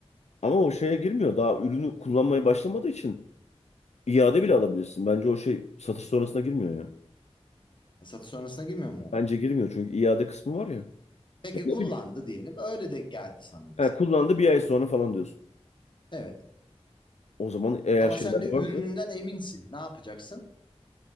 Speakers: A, on the left; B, on the left.
A: Ama o şeye girmiyor. Daha ürünü kullanmaya başlamadığı için iade bile alabilirsin. Bence o şey satış sonrasına girmiyor ya.
B: Satış sonrasına girmiyor mu o?
A: Bence girmiyor çünkü iade kısmı var ya. Ya
B: Peki
A: ne
B: kullandı
A: bileyim.
B: diyelim. Öyle de geldi sana mesela.
A: Ha, kullandı bir ay sonra falan diyorsun.
B: Evet.
A: O zaman eğer
B: Ama
A: şeyler
B: sen de
A: de varsa
B: ürününden eminsin. Ne yapacaksın?